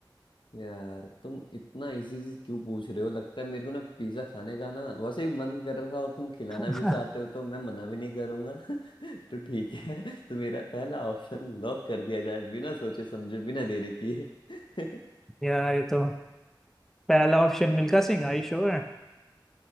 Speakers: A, on the left; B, in the centre.
A: यार तुम इतना इजी चीज क्यों पूछ रहे हो लगता है मेरे को ना पिज्जा खाने का ना वैसे ही मन कर रहा था और तुम खिलाना
B: <laughs>
A: भी चाहते हो तो मैं मना भी नहीं करूंगा <laughs> तो ठीक है तो मेरा पहला ऑप्शन लॉक कर दिया जाए बिना सोचे समझे बिना देरी किए <laughs>
B: यार ये तो पहला option Milkha Singh I sure